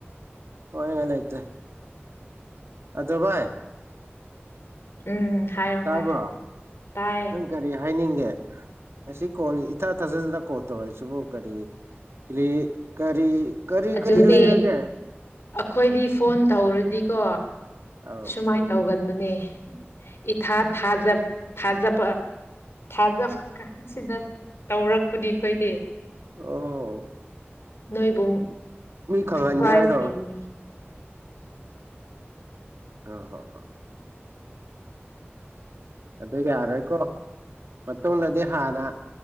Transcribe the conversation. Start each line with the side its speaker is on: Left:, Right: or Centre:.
Right: ꯍꯣꯏ ꯍꯣꯏ ꯂꯩꯇ꯭ꯔꯦ ꯑꯗ ꯚꯥꯏ
Left: ꯎꯝ ꯍꯥꯏꯌꯣ ꯍꯥꯏ
Right: ꯇꯥꯕ꯭ꯔꯣ
Left: ꯇꯥꯏꯌꯦ
Right: ꯅꯪ ꯀꯔꯤ ꯍꯥꯏꯅꯤꯡꯒꯦ ꯉꯁꯤ ꯀꯣꯜ ꯏꯊꯥ ꯊꯥꯖꯗꯅ ꯀꯣꯜ ꯇꯧꯔꯛꯏꯁꯤꯕꯨ ꯀꯔꯤ ꯀꯔꯤ ꯀꯔꯤ
Left: ꯑꯗꯨ
Right: ꯀꯔꯤ
Left: ꯗꯤ
Right: ꯂꯩꯔꯒꯦ
Left: ꯑꯩꯈꯣꯏꯗꯤ ꯐꯣꯟ ꯇꯧꯔꯗꯤꯀꯣ
Right: ꯑꯧ
Left: ꯁꯨꯃꯥꯏꯅ ꯇꯧꯒꯟꯕꯅꯦ ꯏ ꯊ ꯊꯥꯖꯕ ꯊꯥꯖꯕ ꯊꯥꯖꯕ ꯀꯥꯟꯁꯤꯅ ꯇꯧꯔꯛꯄꯗꯤ ꯑꯩꯈꯣꯏꯗꯤ
Right: ꯑꯣ
Left: ꯅꯣꯏꯕꯨ
Right: ꯃꯤ ꯈꯪꯍꯟꯒꯦ
Left: ꯄ꯭ꯔꯥꯏꯖ
Right: ꯍꯥꯏꯔꯣ
Left: ꯄꯤꯕꯅꯤ
Right: ꯎ ꯍꯣ ꯍ ꯃꯇꯨꯡꯗꯤ ꯌꯥꯔꯣꯏꯀꯣ ꯃꯇꯨꯡꯗꯗꯤ ꯍꯥꯟꯅ